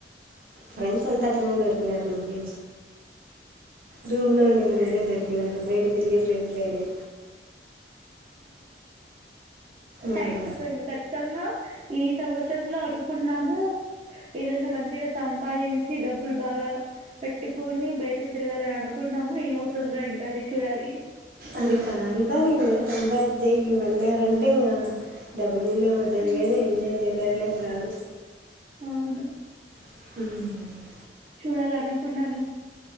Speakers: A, on the right (about 55°); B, on the right (about 35°).
A: ఫ్రెండ్స్ అంత అట్లానే దొరికునారు రూబీ రూమ్ లో ఉన్న ఫ్రెండ్స్ ఏ దోర్ కినారు బయట తిరిగే ఫ్రెండ్ లేరూ. ఆ.
B: టైమ్ వస్తది కచ్చితంగా ఈ సంవత్సరంలో అనుకున్నాము. ఏదన్న మంచిగా సంపాదించి డబ్బులు బాగా పెట్టుకొని బయటకు తిరగాలని అనుకు కున్నాము ఏమౌవుతుందో ఇంకా అది చూడాలి.
A: అది కాని పని ఇంగా సంపాదించేకి వెళ్ళాలంటే ఇంగా డబ్బు మీందేపోతాది
B: హ్మ్,
A: గానీ ఎంజాయ్ చేయలేదులే ఇంగా రాదు.
B: అవును
A: ఉమ్
B: చూడాలా అనుకున్నము